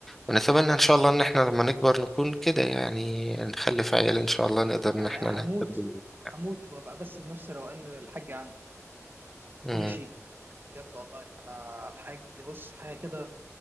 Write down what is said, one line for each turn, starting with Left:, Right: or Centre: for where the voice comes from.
Centre: ونتمنى
Right: ده اكيد
Centre: إن شاء الله إن إحنا لما نكبر نكون كده يعني نخلف عيال إن شاء الله نقدر إن
Right: انا
Centre: إحنا نهتم
Right: هموت
Centre: بيهم يعني.
Right: هموت وابقى بس بنفس روقان الحاج عندي
Centre: مم.
Right: كل شيء بجد والله انا الحاج بص حاجه كده